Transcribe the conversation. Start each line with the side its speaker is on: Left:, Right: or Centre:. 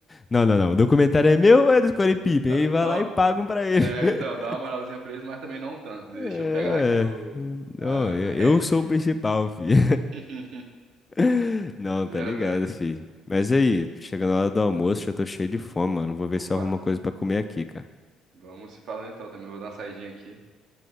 Left: Não, não, não. O documentário é meu ou é do Scottie Pippen?
Right: <laughs> Dá,
Left: Ele vai
Right: dá,
Left: lá e pagam pra ele.
Right: É, então,
Left: <laughs>
Right: dá uma moralzinha pra eles, mas também não tanto. Deixa
Left: É,
Right: eu pegar aqui o,
Left: ué. Não,
Right: a,
Left: eu
Right: a ref.
Left: eu sou o principal, filho.
Right: <laughs>
Left: <laughs> Não,
Right: De
Left: tá
Right: verdade.
Left: ligado, filho. Mas aí, chegando a hora do almoço, já tô cheio de fome, mano. Vou ver
Right: Opa,
Left: se eu arrumo uma coisa pra comer aqui, cara.
Right: vamos se falar então também. Vou dar uma saidinha aqui.